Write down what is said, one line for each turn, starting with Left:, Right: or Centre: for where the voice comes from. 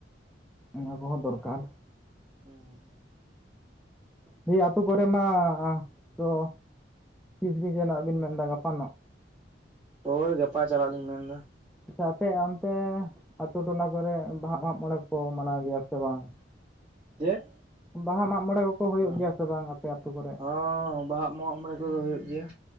Centre: ᱚᱱᱟ ᱠᱚᱦᱚᱸ ᱫᱚᱨᱠᱟᱨ
Right: ᱚᱸ
Centre: ᱫᱤᱭᱮ ᱟᱹᱛᱩᱳ ᱠᱚᱨᱮ ᱢᱟ ᱛᱚ ᱛᱤᱥᱜᱮ ᱡᱮᱱᱚᱱᱟᱜ <unintelligible> ᱵᱤᱱ ᱢᱮᱱᱮᱫᱫᱟ ᱜᱟᱯᱟᱱᱚᱜ
Right: ᱦᱳᱭ ᱜᱟᱯᱟ ᱪᱟᱞᱟᱜ ᱞᱤᱧ ᱢᱮᱱ ᱮᱫᱟ᱾
Centre: ᱟᱪᱪᱷᱟ ᱟᱯᱮ ᱚᱱᱛᱮ ᱟᱛᱤ ᱴᱚᱞᱟ ᱠᱚᱨᱮ ᱵᱟᱦᱟ ᱢᱟᱜ ᱢᱚᱬᱮ ᱠᱚ ᱢᱟᱱᱟᱣ ᱜᱮᱭᱟ ᱥᱮ ᱵᱟᱝ
Right: ᱪᱮᱛ?
Centre: ᱵᱟᱦᱟ ᱢᱟᱜ ᱢᱚᱬᱮ ᱠᱚᱠᱚ ᱦᱩᱭᱩᱜ
Right: ᱚ
Centre: ᱜᱮᱭᱟ ᱥᱮ ᱵᱟᱝ ᱟᱯᱮ ᱟᱛᱳ ᱠᱚᱨᱮ?
Right: ᱦᱚᱸ ᱵᱟᱦᱟᱜ ᱢᱟᱜ ᱢᱚᱬᱮ ᱠᱚᱫᱚ ᱦᱩᱭᱩᱜ ᱜᱮᱭᱟ᱾